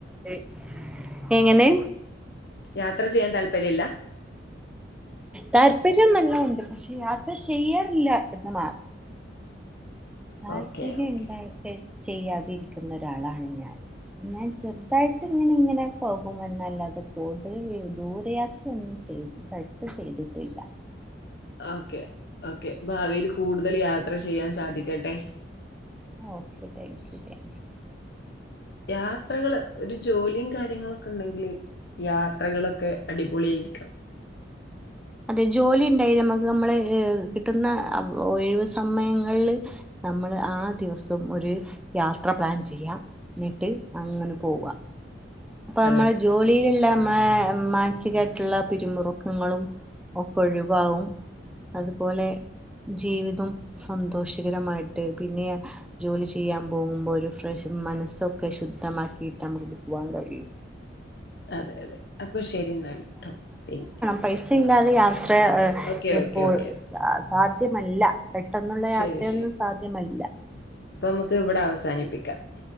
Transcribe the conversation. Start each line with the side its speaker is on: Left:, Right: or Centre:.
Centre: ആയി എങ്ങനെ?
Left: യാത്ര ചെയ്യാൻ താല്പര്യില്ല?
Centre: താല്പര്യം എല്ലാം ഉണ്ട് പക്ഷെ യാത്ര ചെയ്യാറില്ല എന്ന് മാ താല്പര്യം
Left: ഓക്കെ ഓക്കെ
Centre: ഇണ്ടായിട്ട് ചെയ്യാതിരിക്ക്ന്ന ഒര് ആളാണ് ഞാൻ. ഞാൻ ചെറ്തായിട്ട് ഇങ്ങനെ ഇങ്ങനെ പോകുമന്നല്ലാതെ കൂടുതല് ദൂര യാ ത്രയൊന്നും ചെയ്ത് അടുത്ത് ചെയ്തിട്ടില്ല.
Left: ഓക്കേ ഓക്കെ ഭാവിയില് കൂടുതല് യാത്ര ചെയ്യാൻ സാധിക്കട്ടെ.
Centre: ഓക്കെ താങ്ക്യൂ താങ്ക്യൂ
Left: യാത്രകള് ഒരു ജോലിയും കാര്യങ്ങളൊക്കെ ഇണ്ടെങ്കില് യാത്രകളൊക്കെ. അടിപൊളിയായിരിക്കാം
Centre: അതെ ജോലി ഇണ്ടേല് നമക്ക് നമ്മളെ ഏഹേ കിട്ടുന്ന ഒഴിവ് സമയങ്ങള്ല് നമ്മള് ആ ദിവസം ഒര് യാത്ര പ്ലാൻ ചെയ്യാം എന്നിട്ട് അങ്ങനെ പോവാ. അപ്പൊ നമ്മളെ
Left: അതെ
Centre: ജോലിയിലുള്ളെ നമ്മളെ മാനസികായിട്ടുള്ള പിരിമുറുക്ക ങ്ങളും ഒക്കെ ഒഴിവാവും അതുപോലെ ജീവിതം സന്തോഷകരമായിട്ട് പിന്നെയാ ജോലി ചെയ്യാൻ പോകുമ്പോ ഒരു ഫ്രഷ് മനസ്സൊക്കെ ശുദ്ധമാക്കിയിട്ട് നമുക്ക് പോവാൻ കഴിയും.
Left: അതെ അതെ അപ്പൊ ശരിന്നാല് ട്ടോ താങ്ക്യൂ
Centre: പൈസയില്ലാതെ യാത്ര എഹ്
Left: ഓക്കെ
Centre: ഇപ്പോൾ
Left: ഓക്കെ ഓക്കെ
Centre: സാധ്യമല്ല പെട്ടെന്നുള്ള
Left: ശരി
Centre: യാത്രയൊന്നും
Left: ശരി
Centre: സാധ്യമല്ല.
Left: അപ്പൊ ഞ്ഞമ്മക്ക് ഇവടെ അവസാനിപ്പിക്കാം.